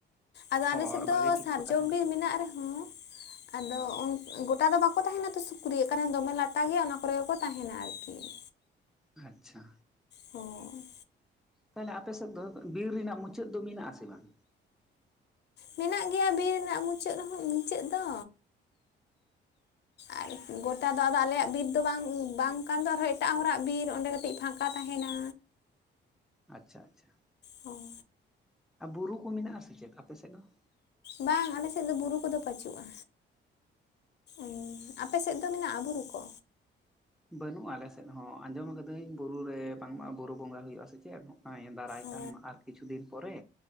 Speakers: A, on the left; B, in the centre.
A: ᱟᱫᱚ
B: ᱦᱚᱲ
A: ᱟᱞᱮ ᱥᱮᱫ
B: ᱵᱷᱟᱜᱮ
A: ᱫᱚ
B: ᱴᱷᱤᱠ
A: ᱥᱟᱨᱡᱚᱢ
B: ᱠᱚ ᱛᱟᱦᱮᱱ ᱠᱷᱟᱡ
A: ᱵᱤᱨ ᱢᱮᱱᱟᱜ ᱨᱮᱦᱚᱸᱼᱼ ᱟᱫᱚ, ᱜᱚᱴᱟ ᱫᱚ ᱵᱟᱠᱚ ᱛᱟᱦᱮᱱᱟ ᱛᱚ ᱥᱩᱠᱨᱤ ᱟᱠᱟᱨᱮ ᱫᱚᱢᱮ ᱞᱟᱴᱟ ᱜᱮᱭᱟ ᱚᱱᱟ ᱠᱚᱨᱮ ᱜᱮᱠᱚ ᱛᱟᱦᱮᱱᱟ ᱟᱨᱠᱤ᱾ <inaudible>
B: ᱟᱪᱪᱷᱟ
A: ᱦᱚᱸ
B: ᱛᱟᱦᱚᱞᱮ ᱟᱯᱮ ᱥᱮᱫ ᱫᱚ ᱵᱤᱨ ᱨᱮᱱᱟᱜ ᱢᱩᱪᱟᱹᱫ ᱫᱚ ᱢᱮᱱᱟᱜ ᱟᱥᱮ ᱵᱟᱝ?
A: ᱢᱮᱱᱟᱜ ᱜᱮᱭᱟ ᱵᱤᱨ ᱨᱮᱱᱟᱜ ᱢᱩᱪᱟᱹᱫ ᱦᱚᱸ ᱢᱩᱪᱟᱹᱫ ᱫᱚ᱾ ᱟᱨ ᱜᱚᱴᱟ ᱫᱚ ᱟᱫᱚ ᱟᱞᱮᱭᱟᱜ ᱵᱤᱨ ᱫᱚ ᱵᱟᱝ ᱵᱟᱝ ᱠᱟᱱ ᱫᱚ ᱟᱨᱦᱚ ᱮᱴᱟᱜ ᱦᱚᱲᱟᱜ ᱵᱤᱨ ᱚᱸᱰᱮ ᱠᱟᱹᱴᱤᱡ ᱯᱷᱟᱠᱟᱼᱼ ᱯᱷᱟᱠᱟ ᱛᱟᱦᱮᱱᱟ᱾
B: ᱟᱪᱪᱷᱟ ᱟᱪᱪᱷᱟ᱾
A: ᱦᱚᱸ
B: ᱟᱨ ᱵᱩᱨᱩ ᱠᱚ ᱢᱮᱱᱟᱜᱼᱟ ᱥᱮ ᱪᱮᱫ ᱟᱯᱮ ᱥᱮᱜ ᱦᱚᱸ?
A: ᱵᱟᱝ ᱟᱞᱮ ᱥᱮᱫ ᱫᱚ ᱵᱩᱨᱩ ᱠᱚᱫᱚ ᱯᱟᱪᱩᱜᱼᱟ। ᱩᱸᱻ ᱟᱯᱮᱥᱮᱫ ᱫᱚ ᱢᱮᱱᱟᱜᱼᱟ ᱵᱩᱨᱩ ᱠᱚ?
B: ᱵᱟᱹᱱᱩᱜᱼᱟ ᱟᱞᱮ ᱥᱮᱫ ᱦᱚᱸ ᱟᱡᱚᱢ ᱟᱠᱟᱫᱟᱹᱧ ᱵᱩᱨᱩ ᱨᱮ ᱵᱟᱝᱢᱟ ᱵᱩᱨᱩ ᱵᱚᱸᱜᱟ ᱦᱩᱭᱩᱜᱼᱟ ᱥᱮ ᱪᱮᱫ? ᱱᱚᱜᱼᱚᱭ ᱫᱟᱨᱟᱭ
A: ᱚ
B: ᱠᱟᱱ ᱟᱨ ᱠᱤᱪᱷᱩ ᱫᱤᱱ ᱯᱚᱨᱮ